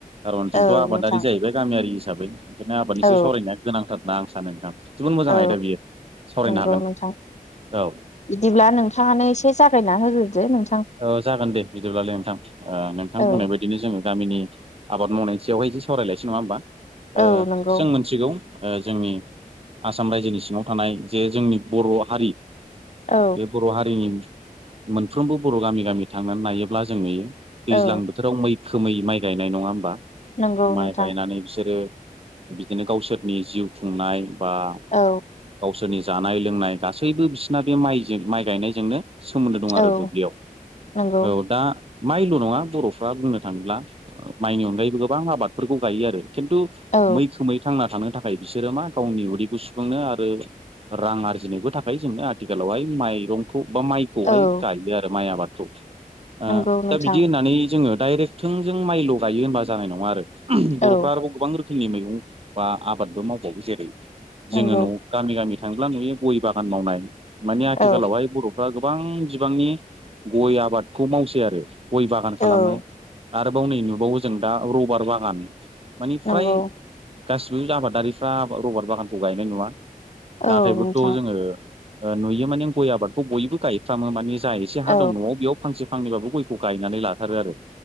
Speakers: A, on the right (about 40°); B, on the left (about 50°).
A: कारन जोंथ'
B: औ
A: आबादारि
B: नोंथां
A: जाहैबाय गामियारि हिसाबै। ओंखायनो आबादनि
B: औ
A: सायाव सावरायनाया गोनांथार होनना आं सानो नोंथां। जोबोद मोजां
B: औ
A: आयदा बियो सावरायनो
B: नंगौ
A: हागोन
B: नोंथां
A: औ।
B: बिदिब्ला नोंथाङानो एसे जागायना होग्रोदो नोंथां।
A: ओ जागोन दे बिदिब्लालाय नोंथां ओ नोंथां
B: औ
A: बुंनाय बायदि बिनो जो गामिनि आबाद मावनायनि सायावहाय एसे सावरायलायनोसै नङा होमबा ओ
B: औ नंगौ
A: जों मिनथिगौ ओ जोंनि आसाम रायजोनि सिङाव थानाय जे जोंनि बर' हारि
B: औ
A: बे बर' हारिनि मोनफ्रोमबो बर' गामि गामि थांनानै नायोब्ला जों नुयो। दैज्लां
B: औ
A: बोथोराव मैखोमै माइ गायनाय नङा होमबा?
B: नंगौ
A: माइ
B: नोंथां
A: गायनानै बिसोरो बिदिनो गावसोरनि जिउ खुंनाय बा
B: औ।
A: गावसोरनि जानाय लोंनाय गासैबो बिसोरना बे माइजों माइ गायनायजोंनो सोमोन्दो दं
B: औ
A: आरो दुब्लियाव।
B: नंगौ
A: औ दा माइल' नङा बर'फ्रा बुंनो थाङोब्ला माइनि अनगायैबो गोबां आबादफोरखौ गायो आरो खिन्थु
B: औ
A: मैखोमै थांना थानो थाखाय बिसोरो मा गावनि उदैखौ सफुंनो आरो रां आरजिनोबो थाखाय जोंनो आथिखालावहाय माइरंखौ बा माइ खौहाय
B: औ
A: गायो आरो माइ आबादखौ ओ
B: नंगौ नोंथां
A: दा बिदि होननानै जोङो डाइरेक्ट थोंजों माइल' गायो होनबा जानाय नङा आरो बर'फ्रा
B: औ
A: आरोबाउ गोबां रोखोमनि मैगं बा आबादबो मावबावो जेरै
B: नंगौ
A: जोङो न' गामि गामि थाङोब्ला नुयो गय बागान मावनाय माने आथिखालावहाय
B: औ
A: बर'फ्रा गोबां बिबांनि गय आबादखौ मावसै आरो गय बागान
B: औ
A: खालामो। आरोबाव नै नुबावो जों दा रबार बागान मानि
B: नंगौ
A: फ्राय गासिबो आबादारिफ्रा रबार बागानखौ गायनाय नुवा
B: औ
A: नाथायबोथ'
B: नोंथां
A: जोङो ओ नुयो माने गय आबादखौ बयबो गायफ्रामो माने जा एसे
B: औ
A: हा दं न'आव बेयाव फांसे फांनैबाबो गयखौ गायनानै लाथारो आरो